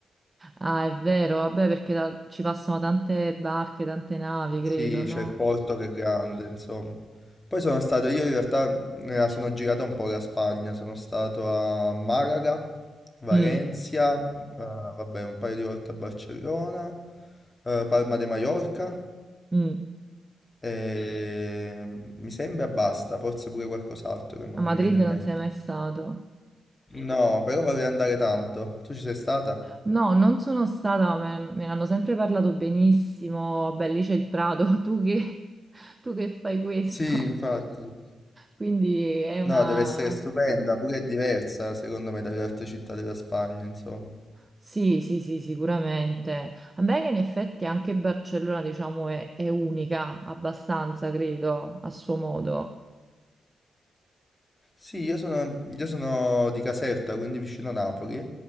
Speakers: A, on the right; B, on the left.
A: Ah, è vero, vabbè, perché da- ci passano tante barche, tante navi, credo,
B: Sì,
A: no?
B: c'è il porto che è grande, insomma. Poi sono stato, io in realtà me la sono girata un po' la Spagna, sono stato a Malaga, Valencia,
A: Mm,
B: eh, vabbè, un paio di volte a Barcellona, eh, Palma de Mallorca
A: mm.
B: e mi sembra basta, forse pure qualcos'altro che mo
A: A
B: non
A: Madrid
B: mi viene in
A: non
B: mente.
A: sei mai stato?
B: No, però vorrei andare tanto. Tu ci sei stata?
A: No, non sono stata, me, me ne hanno sempre parlato benissimo. Beh, lì c'è il Prato, <laughs> tu che, tu che fai questo?
B: Sì, infatti.
A: Quindi è una...
B: No, deve essere stupenda, pure è diversa secondo me dalle altre città della Spagna, insomma.
A: Sì, sì, sì, sicuramente. A me che in effetti anche Barcellona, diciamo, è, è unica, abbastanza, credo, a suo modo.
B: Sì, io sono, io sono di Caserta, quindi vicino Napoli,